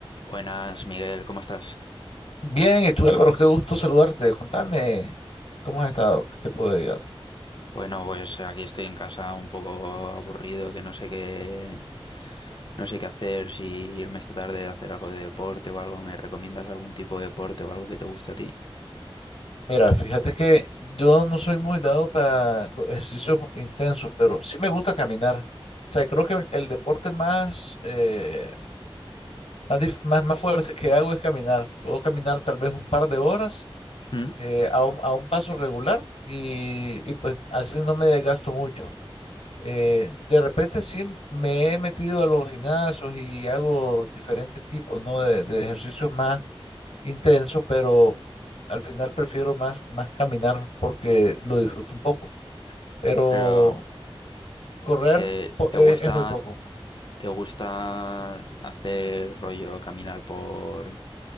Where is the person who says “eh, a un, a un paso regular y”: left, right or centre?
Left